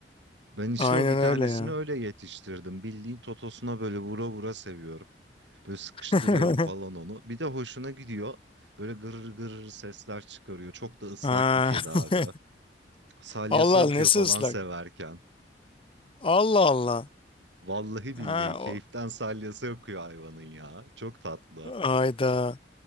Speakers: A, on the right; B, on the left.
A: Ben işte
B: Aynen
A: o bir tanesini
B: öyle ya.
A: öyle yetiştirdim. Bildiğin totosuna böyle vura vura seviyorum. Böyle sıkıştırıyorum
B: <laughs>
A: falan onu. Bir de hoşuna gidiyor. Böyle gırır gırır sesler çıkarıyor. Çok da ıslak
B: Ha.
A: bir kedi
B: <laughs>
A: abi. Salyası
B: Allah Allah
A: akıyor
B: nesi
A: falan
B: ıslak?
A: severken.
B: Allah Allah.
A: Vallahi billahi
B: Ha,
A: keyiften
B: o,
A: salyası akıyor hayvanın ya. Çok tatlı.
B: ayda.